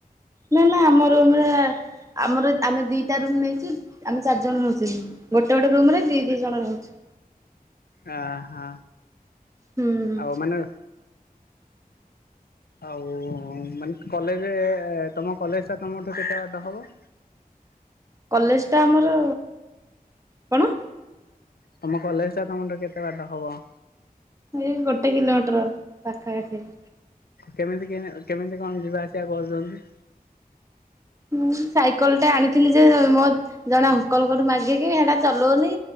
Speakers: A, on the right; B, on the left.
A: ନା ନା ଆମ ରୁମରେ ଆମର ଆମେ ଦିଟା ରୁମ୍ ନେଇଛୁ ଆମେ ଚାରି ଜଣ ହେଉଛୁ। ଗୋଟେ ଗୋଟେ ରୁମରେ ଦି ଦିଇ ଜଣ ରହୁଛୁ।
B: ଅ ହ
A: ହୁଁ
B: ଆଉ ମାନେ ଆଉ ମାନେ କଲେଜ ତମ କଲେଜ ଟା ତମଠୁ କେତେ ବାଟ ହବ?
A: କଲେଜଟା ଆମର କଣ?
B: ତମ କଲେଜ ଟା ତମଠୁ କେତେ ବାଟ ହବ?
A: ଏଇ ଗୋଟେ କିଲୋମିଟର ପାଖାପାଖି।
B: କେମିତି କେ କେମିତି କଣ ଯିବା ଆସିବା କରୁଛନ୍ତି?
A: ହଁ ସାଇକେଲ ଟେ ଆଣିଥିଲି ଯେ ମୋ ଜଣେ ଅଙ୍କଲଙ୍କଠୁ ମାଗିକି ସେଟା ଚଲଉନି